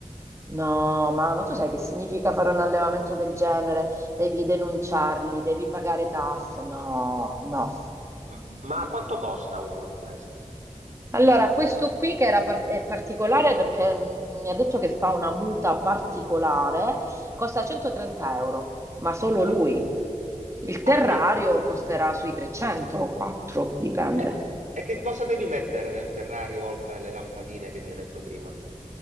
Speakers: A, on the right; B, on the right.
A: No, ma, ma tu sai che significa fare un allevamento del genere? Devi denunciarli, devi pagare tasse. No, no.
B: M- ma quanto costa uno di questi?
A: Allora, questo qui che era par- è particolare perché mm, mi ha detto che fa una muta particolare, costa 130 euro, ma solo
B: Ah,
A: lui. Il
B: vabbè,
A: terrario
B: mica.
A: costerà sui 300 o 4, dipende.
B: E, e che cosa devi mettere nel terrario oltre alle lampadine che mi hai detto prima?